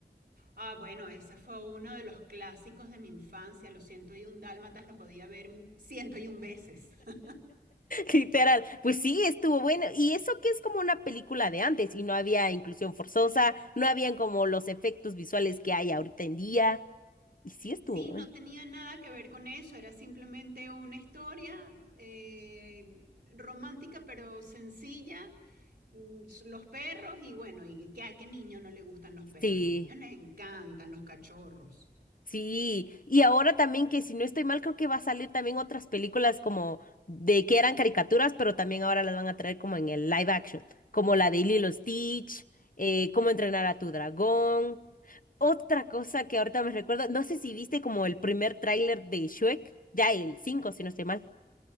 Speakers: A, on the right; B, on the left.
A: Ah, bueno, ese fue uno de los clásicos de mi infancia. Los 101 Dálmatas lo podía ver 101 veces. <laughs>
B: Literal, pues sí, estuvo bueno. Y eso que es como una película de antes y no había inclusión forzosa, no habían como los efectos visuales que hay ahorita en día. Y sí estuvo
A: Sí,
B: bueno.
A: no tenía nada que ver con eso, era simplemente una historia eh, romántica pero sencilla. Mm, Los perros y bueno, y que a qué niño no le gustan los perros,
B: Sí.
A: a los niños les encantan los cachorros.
B: Sí, y ahora también que si no estoy mal, creo que va a salir también otras películas como de que eran caricaturas, pero también ahora las van a traer como en el live action, como la de Lilo Stitch, eh, Cómo entrenar a tu dragón. Otra cosa que ahorita me recuerdo, no sé si viste como el primer tráiler de Shrek, ya el 5 si no estoy mal.